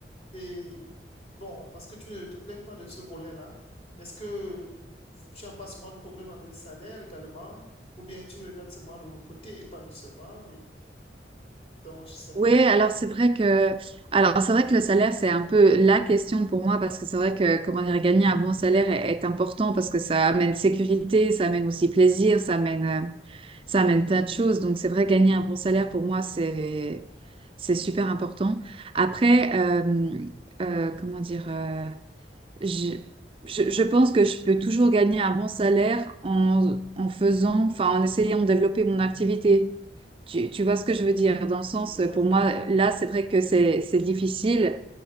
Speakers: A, on the left (about 35°); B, on the right (about 30°).
A: et bon, parce que tu ne te plains pas de ce volet-là, est-ce que tu n'as pas souvent de problème avec le salaire également ou bien tu regardes seulement le côté épanouissement et donc je ne sais pas.
B: Oui, alors c'est vrai que alors c'est vrai que le salaire c'est un peu la question pour moi parce que c'est vrai que comment dire gagner un bon salaire est, est important parce que ça amène sécurité, ça amène aussi plaisir, ça amène euh, ça amène plein de choses. Donc c'est vrai gagner un bon salaire pour moi c'est c'est super important. Après euh, euh, comment dire euh, je, je je pense que je peux toujours gagner un bon salaire en en faisant enfin en essayant de développer mon activité. Tu, tu vois ce que je veux dire? Dans le sens,
A: Oui, je vois,
B: euh, pour
A: je
B: moi,
A: vois.
B: là, c'est vrai que c'est c'est difficile